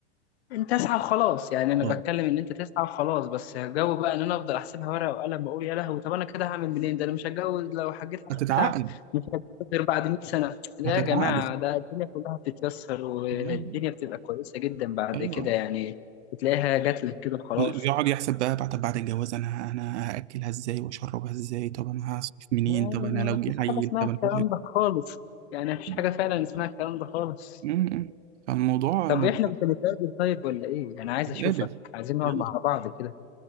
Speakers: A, on the left; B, on the right.
A: انت اسعى وخلاص يعني انا
B: آه.
A: بتكلم ان انت تسعى وخلاص بس الجو بقى ان انا افضل احسبها ورقه وقلم بقول يا لهوي طب انا كده هعمل منين ده انا مش هتجوز لو حجيت حسبتها
B: هتتعقد
A: مش هتجوز غير بعد 100 سنه لا
B: هتتعقد
A: يا جماعه ده الدنيا كلها بتتيسر والدنيا
B: يعني
A: بتبقى كويسه جدا بعد
B: ايوه
A: كده يعني بتلاقيها جات لك كده خلاص
B: يقعد يحسب بقى بعد بعد الجواز انا انا هاكلها ازاي واشربها ازاي طب انا هصرف منين
A: ما
B: طب انا لو جه
A: فيش حاجه
B: عيل
A: اسمها
B: طب
A: الكلام
B: انا مش
A: ده خالص يعني مفيش
B: عارف.
A: حاجه فعلا اسمها الكلام ده خالص
B: مم. فالموضوع
A: طب
B: الموضوع
A: احنا مش هنتقابل طيب ولا ايه انا عايز
B: نتقابل
A: اشوفك عايزين نقعد
B: يلا
A: مع بعض كده